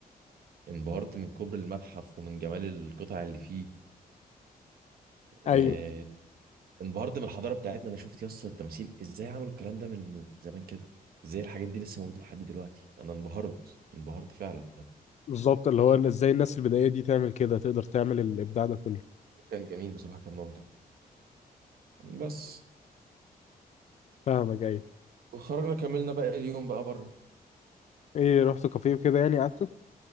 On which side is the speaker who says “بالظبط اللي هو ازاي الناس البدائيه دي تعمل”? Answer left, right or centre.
Left